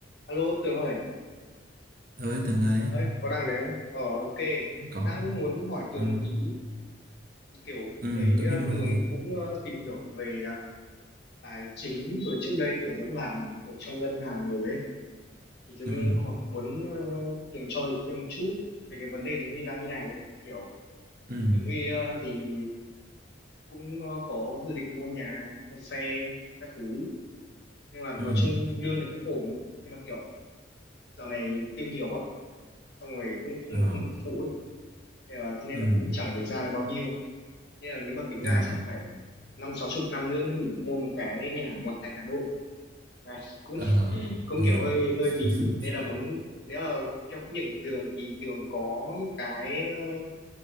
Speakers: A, on the left; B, on the right.
A: Alo Tường ơi,
B: ơi tường đấy
A: ơi có đang đấy không? Ờ ok,
B: có
A: đang muốn hỏi Tường
B: ừ
A: một tí, kiểu
B: ừ
A: thấy
B: Tuấn
A: ờ,
B: Huy muốn
A: Tường
B: hỏi gì
A: cũng ờ, tìm hiểu về ờ, tài chính rồi trước đây Tường cũng làm ở trong ngân hàng rồi ấy, thì Tường
B: ừ
A: mới hỏi muốn ờ, Tường cho lời khuyên một chút về cái vấn đề Tường Huy đang như này, kiểu
B: ừ
A: Tường Huy ờ, thì cũng ờ, có dự định mua nhà, mua xe, các thứ, nhưng mà
B: ừ
A: nói chung lương thì cũng ổn, nhưng mà kiểu dạo này tiêu nhiều quá, xong rồi cũng không
B: ờ
A: có công việc phụ ấy. Thế ờ, thế nên
B: ừ
A: là cũng chẳng để ra được bao nhiêu nên là nếu mà tính ra
B: ờ
A: chắc phải năm sáu chục năm nữa mới đủ mua một cái nhà ngoại thành Hà Nội Đấy, cũng
B: ờ
A: cũng
B: Tường
A: kiểu
B: hiểu
A: hơi hơi
B: <laughs>
A: bí nên là muốn nếu là theo kinh nghiệm của Tường thì Tường có cái ờ,